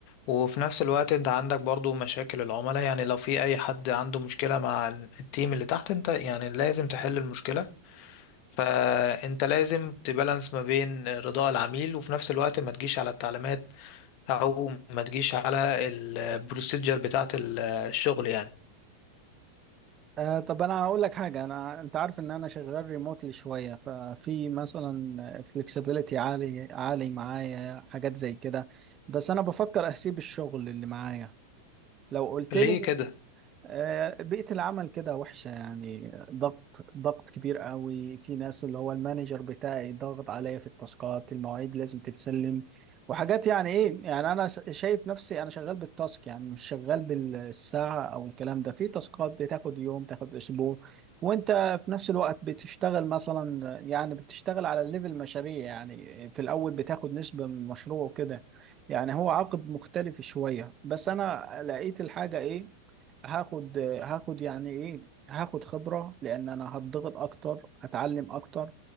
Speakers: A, on the left (about 45°); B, on the right (about 30°).
A: وفي نفس الوقت انت عندك برضو مشاكل العملاء يعني لو في اي حد عنده مشكلة مع ال- التيم اللي تحت انت يعني لازم تحل المشكلة فانت لازم تبالانس ما بين رضاء العميل وفي نفس الوقت ما تجيش على التعليمات او ما تجيش على البروسيجر بتاعة ال- الشغل يعني
B: آه طب انا هقول لك حاجه انا انت عارف ان انا شغال ريموتلي شويه ففي مثلا فلكسبيليتي عالي عالي معايا حاجات زي كده بس انا بفكر اسيب الشغل اللي معايا لو قلت
A: ليه
B: لي
A: كده
B: آه، بيئة العمل كده وحشة يعني ضغط ضغط كبير قوي في ناس اللي هو المانجر بتاعي ضغط عليا في التاسكات المواعيد لازم تتسلم وحاجات يعني ايه يعني انا ش- شايف نفسي انا شغال بالتاسك يعني مش شغال بالساعة او الكلام ده في تاسكات بتاخد يوم تاخد اسبوع وانت في نفس الوقت بتشتغل مثلا يعني بتشتغل على الليفل مشاريع يعني في الاول بتاخد نسبة من المشروع وكده يعني هو عقد مختلف شوية بس انا لقيت الحاجة ايه هاخد هاخد يعني ايه هاخد خبرة لان انا هتضغط اكتر هتعلم اكتر